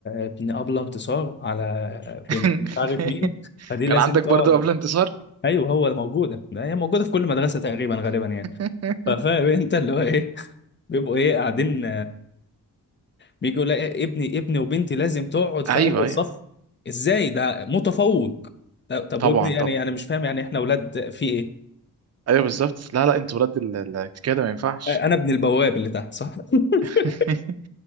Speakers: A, on the left; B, on the right.
A: ابن ابله انتصار على
B: <laughs>
A: بنت مش عارف مين فدي لازم
B: كان عندك
A: تقعد
B: برضو قبل انتصار
A: ايوه هو موجوده ده هي موجوده في كل مدرسه تقريبا غالبا
B: <laughs>
A: يعني ففاهم انت اللي هو ايه بيبقوا ايه قاعدين بيجي يقول لي ابني ابني وبنتي لازم تقعد في
B: ايوه
A: اول
B: ايوه
A: صف ازاي ده متفوق طب طب
B: طبعا
A: وابني يعني
B: طبعا
A: انا مش فاهم يعني احنا اولاد في ايه
B: ايوه بالظبط لا لا انت ولاد ال- ال- كده ما ينفعش
A: انا ابن البواب اللي تحت صح <laughs>
B: <laughs>